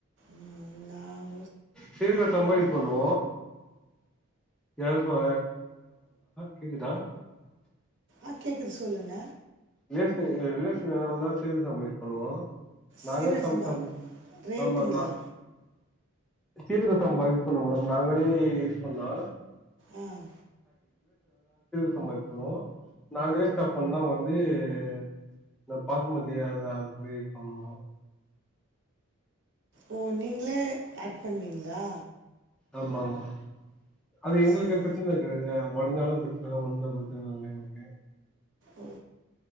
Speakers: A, on the right; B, in the centre.
A: ம் ந
B: சீர்க்கா சம்ப இக்கண ய வ கக்குதா <inaudible>
A: ஆகேக்குது சொல்லுங்க
B: ரே ச சம்ப யஸ் பண்ணுவோம் <inaudible> நாங்கே
A: சீரக
B: சமைசம்
A: சம்பா ரேட்டுங்களா
B: ஆமா நான் சீரக சம்பா யூஸ் பண்ணும்பதம் நாங்களே யூஸ் பண்ணா
A: ம்
B: சம்பாதிக்கணும் நாங்களே சாப்பனா வந்து <unintelligible> நான் பச மதியான் அதுபடிய ன் பண்ணனு
A: ஓ நீங்களே ஆட் பண்ணுவீங்களா
B: ஆமா ஆமா அது எங்களுக்கு
A: சரி
B: பிரச்சனை இரு காது ஒருநாளும் பிரச்சனை இல்லை ஒண்ணும் பிரச்சனை இ இல்லை எங்களுக்கு
A: ஓ